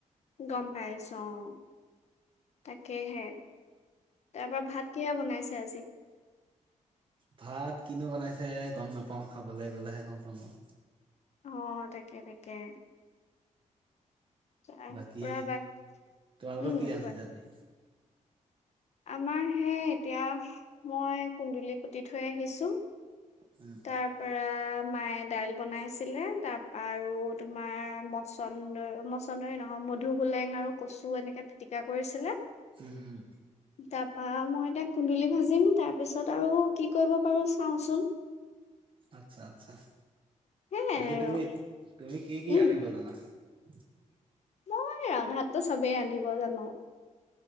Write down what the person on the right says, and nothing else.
ভাত কিনো বনাইছে গম নাপাওঁ খাবলৈ গলেহে গম পাওঁ আৰু
বাকী
তোমালোক
কি ৰান্ধিছে
আজি
উম,
উম উম
আচ্ছা আচ্ছা
বাকী
তুমি কি কি
ৰান্ধিব জানা বুজি পোৱা নাই